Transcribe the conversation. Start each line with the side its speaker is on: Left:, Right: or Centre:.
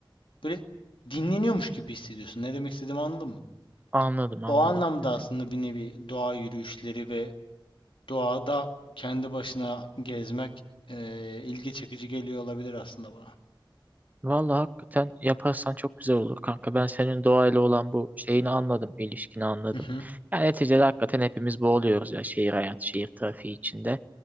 Left: Böyle dinleniyormuş gibi hissediyorsun. Ne demek istediğimi anladın mı?
Right: Anladım, anladım.
Left: O anlamda
Right: Hı
Left: aslında
Right: hı.
Left: bir nevi doğa yürüyüşleri ve doğada kendi başına gezmek eee, ilgi çekici geliyor olabilir aslında bana.
Right: Vallahi hakikaten yaparsan çok güzel olur kanka. Ben senin doğayla olan bu şeyini anladım, ilişkini anladım.
Left: Hı hı.
Right: Yani neticede hakikaten hepimiz boğuluyoruz ya şehir hayatı, şehir trafiği içinde.